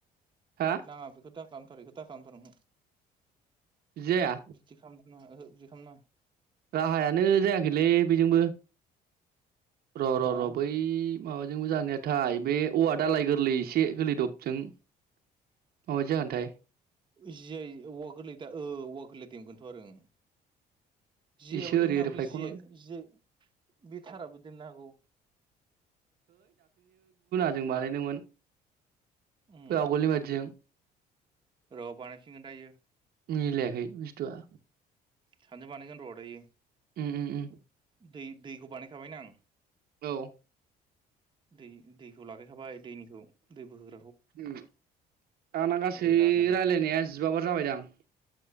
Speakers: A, on the right (about 65°); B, on the right (about 30°).
A: हा
B: नाङा बेखौ दाखालामथार बेखौ दा खालाम
A: बिदि जाया
B: बिदि खालाम नाङा ओहो बिदि खालामनाङा।
A: राहायानो जायाखैलै बेजोंबो र' र'
B: हो
A: र' बै माबाजोंबो जानायाथाय बे औवा दालाय गोरलै एसे गोरलै दबजों माबादि जागोनथाय?
B: उजियै औवा गोरलै दा औवा दमगोनथ' आरो ओं जेयायाबो
A: एसे ओरै
B: देननो
A: ओरै
B: हागौ
A: फायखनला
B: जियाजियाबो बे थाराबो दोमनो हागौ।
A: जों बानायदोंमोन
B: उम
A: आगलनि बादिजो
B: र बानायफिनगोन दायो
A: मिलायाखै बुस्थुआ
B: सानैजों बानायगोनर दायो
A: उम उम उम
B: दै दैखौ बानायखाबायना आं
A: औ
B: दै दैखौ लागाखाबाय दैनि दै दै बोहो
A: उम दाना गासै
B: दहाय लागायबाय
A: रायलायनाया जिबा बार जाबायदां?